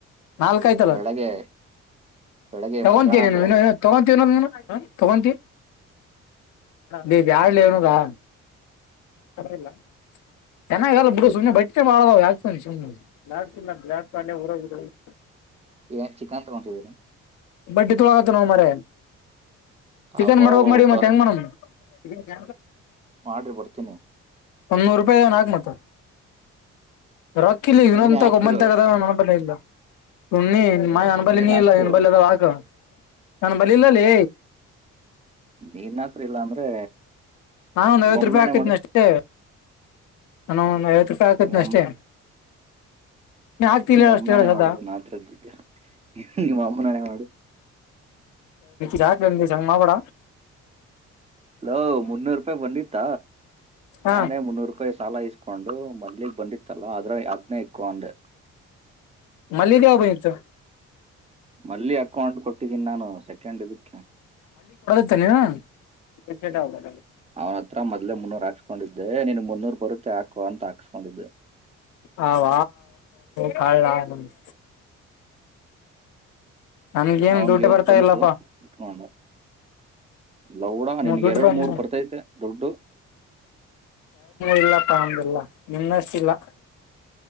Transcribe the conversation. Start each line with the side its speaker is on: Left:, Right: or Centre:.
Left: ನಾಲ್ಕ ಆಯ್ತಲ್ಲ
Right: ಬೆಳಗ್ಗೆ ಬೆಳಗ್ಗೆ
Left: ತಗೊಂತೀವಿ
Right: ಮಧ್ಯಾಹ್ನ ಬೆಳಗ್ಗೆ
Left: ತಗೊಂತೀ ತಗಂತೀ ನೀವು ಯಡು ಲೇವನುರಾ ಅರಲ್ಲ <inaudible> ಚೆನ್ನಾಗಲ್ಲ ಬಿಡು ಸುಮ್ಮನೆ ಬಟ್ಟ ಮಾಡ ಆಗ್ತ ಸನೆ <inaudible> ಹ <inaudible>
Right: ಏನ್ ಚಿಕನ್ ತಗೊಂಡಿದ್ದೀರ
Left: ಬಟ್ ಇತ್ ಆಾಗತ ನ ಮರ ಚಿಕನ್
Right: ಅಬ್ಬಾ
Left: ಮಾಡವಕ್ ಮಾಡಿ
Right: ಒಬ್ಬ
Left: ಮತ್ತೆ ಹೆಂಗ ಮಣಮ್ ಇ ಜ
Right: ಮಾಡ್ರಿ ಬರ್ತೀನಿ
Left: ಒನ್ನೂರು ರೂಪಾಯಿವನ್ ಹಾಕ್ ಮತ ರೊಕ್ಕ ಇಲ್ಲಿ ಇನ್ನೊಂತ
Right: ನೀನೇ ಹಾಕಿರು
Left: ಒಬ್ಬಂತಗದ ನ ನೋಬ ಇಲ್ಲ ತುಣ್ಣಿ ಮ ನನ್ನ ಬಳ
Right: ಕೈಯಲ್ಲಿ
Left: ನೀ
Right: ಹಾಕ್ಸು
Left: ಇಲ್ಲ ನಿನ್ ಬಳಿ ಅದ ಹಾಕ ನನ್ನ ಬಲಿ ಇಲ್ಲಲ್ಲಿ
Right: ನೀನ್ತ್ರ ಇಲ್ಲಾ ಅಂದ್ರೆ
Left: ನಾ ಒಂದ್
Right: ನಿಮ್ಮ
Left: ಐವತ್ತು
Right: ಅಮ್ಮನಾಣೆ
Left: ರೂಪಾಯಿ ಹಾಕೈತಿನ
Right: ಮಾಡು
Left: ಅಷ್ಟೇ ನ ಒ ಐವತ್ತು ಕೃಪಾಯ ಆಕತ್ನ
Right: ನಿಮ್ಮ
Left: ಅಷ್ಟೇ ನೀ ಹಾಕ್ತಿಲ್ಲ
Right: ನಿ್ ಅಮ್ಮನಾನೇ
Left: ಅಷ್ಟೇ ಹೇಳ ಸದಾ
Right: ಮಾಡುದು ನಾತ್ರ ಗುಡ್ಡ ನಿಮ್ಮ ಅಮ್ಮನಾನೇ ಮಾಡು
Left: ಚಾಕ್ಂದ ಮಾವಡ
Right: ಅಲೋ ಮುನ್ನೂರು ರೂಪಾಯಿ ಬಂದಿತ್ತ
Left: ಹಾ
Right: ನಾನೇ ಮುನ್ನೂರು ರೂಪಾಯಿ ಸಾಲ ಇಸ್ಕೊಂಡು ಮಲ್ಲಿಗ್ ಬಂದಿತ್ತಲ್ಲ ಆದ್ರ ಅದ್ನೇ ಇಕ್ಕು ಅಂದೆ
Left: ಮಲ್ಲಿಗೆಾವ ಬಯತ್ತು
Right: ಮಲ್ಲಿಿ ಅಕೌಂಟ್ ಕೊಟ್ಟಿದ್ದೀನಿ ನಾನು ಸೆಕೆಂಡ್ ಇದಕ್ಕೆ
Left: ಲ್ಲ <inaudible>
Right: ಅವನತ್ರ ಮೊದ್ಲೆ ಮುನ್ನೂರ್ ಹಾಕ್ಸ್ಕೊಂಡಿದ್ದೆ ನೀನ್ ಮುನ್ನೂರ್ ಬರುತ್ತೆ ಹಾಕೋ ಅಂತ ಹಾಕ್ಸ್ಕೊಂಡಿದ್ದೆ
Left: ಹ ವ ಕಳ ನ <inaudible> ನನ್ಗೇನ್
Right: ಅವನ್ಗೆ
Left: ದುಡ್ಡು
Right: ಇವತ್
Left: ಬರ್ತಾ
Right: ಬಂತು
Left: ಇಲ್ಲಪ್ಪಾ
Right: ಇಟ್ಕೊಂಡು ಲೌಡ
Left: ಹ್ಮ
Right: ನಿನ್ಗೆ
Left: ದುಡ್ಡು
Right: ಎರಡು
Left: ಬಂದ
Right: ಮೂರ್ ಬರ್ತೈತೆ ದೊಡ್ಡು
Left: ಇಲ್ಲಪ್ಪ ಅಂದಿಲ್ಲ ನಿನ್ನಷ್ಟಿಲ್ಲ <inaudible>